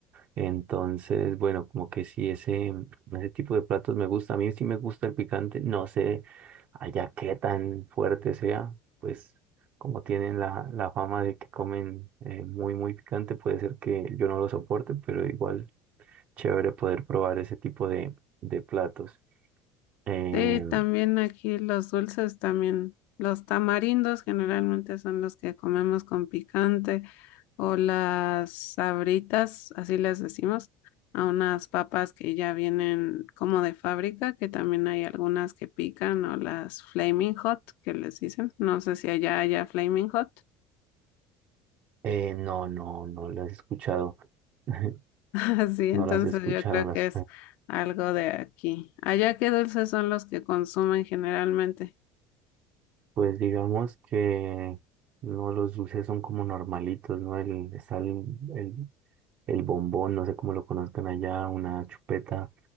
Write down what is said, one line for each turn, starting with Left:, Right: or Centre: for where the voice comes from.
Right: Entonces, bueno, como que sí, ese, ese tipo de platos me gusta. A mí sí me gusta el picante. No sé allá qué tan fuerte sea, pues como tienen la, la fama de que comen eh, muy, muy picante, puede ser que yo no lo soporte, pero igual chévere poder probar ese tipo de, de platos. Eh,
Left: Sí, también aquí los dulces, también los tamarindos generalmente son los que comemos con picante o las sabritas, así les decimos, a unas papas que ya vienen como de fábrica, que también hay algunas que pican o las flaming hot que les dicen. No sé si allá haya flaming hot.
Right: eh, no, no, no las he escuchado. <laughs>
Left: <laughs> Así, entonces
Right: No las he escuchado
Left: yo creo
Right: las...
Left: que es algo de aquí. ¿Allá qué dulces son los que consumen generalmente?
Right: Pues digamos que no los dulces son como normalitos, ¿no? El, está el, el, el bombón, no sé cómo lo conozcan allá, una chupeta,